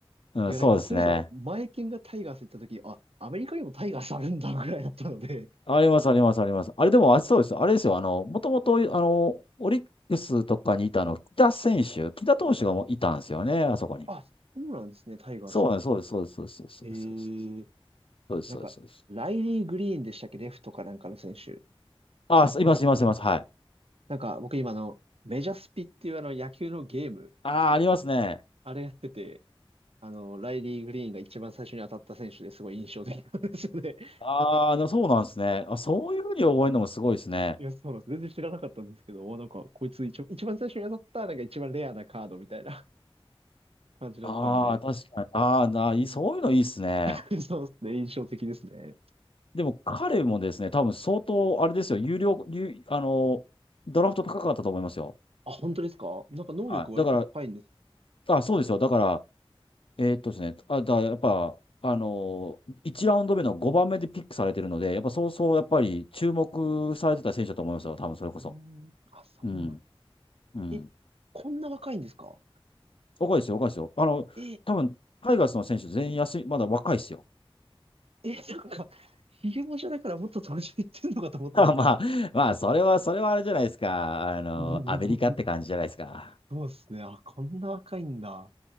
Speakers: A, on the left (about 65°); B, on the right (about 75°).
A: うん、
B: いやなんか、
A: そうですね。
B: それこそ、前剣がタイガース行った時、あ、アメリカにもタイガースあるんだぐらいだったので、
A: ありますありますあります。あれでも、あ、そうです。あれですよ。あの、もともと、あの、オリックスとかにいたあの、木田選手、木田投手がもういたんですよね、あそこに。
B: あ、そうなんですね、タイガースに。
A: そうなんです、そうです、そうです、そうです、そうです、
B: えー、
A: そうです。そうです、
B: なんか、
A: そうです、そうです。
B: ライリー・グリーンでしたっけ、レフトかなんかの選手。
A: あ、すいます、います、います。はい。
B: なんか僕今あの、メジャースピっていうあの野球のゲーム、
A: ああ、ありますね。
B: あれやってて、あの、ライリー・グリーンが一番最初に当たった選手ですごい印象的なんですよね。<laughs>
A: ああ、でもそうなんですね。あ、そういうふうに覚えるのもすごいですね。
B: いや、そうなんです。全然知らなかったんですけど、おなんかこいつ一番、一番最初に当たったなんか一番レアなカードみたいな <laughs> 感じだったんで、
A: ああ、確かに。ああ、な、いい、そういうのいいですね。
B: <laughs> そうですね、印象的ですね。
A: でも彼もですね、多分相当、あれですよ、有料、有、あの、ドラフト高かったと思いますよ。
B: あ、本当ですかなんか能力割と高いんです。
A: はい。だから、あ、そうですよ。だから、えーっとですね、あ、だ、やっぱ、あの1ラウンド目の5番目でピックされてるので、やっぱそうそう、やっぱり注目されてた選手だと思いますよ。多分それこそ。
B: うーん、あ、そうなん
A: うん。うん。
B: え、こんな若いんですか
A: 若いですよ、若いですよ。あの、
B: え、え、
A: 多分、タイガースの選手全員休み、まだ若いですよ。
B: なんか、ヒゲもじゃだからもっと年いってんのかと思ってました。
A: <laughs> まあ、まあ、まあ、それは、それはあれじゃないですか。あの、
B: <laughs>
A: アメリカって感じじゃないですか。
B: そうですね。あ、こんな若いんだ。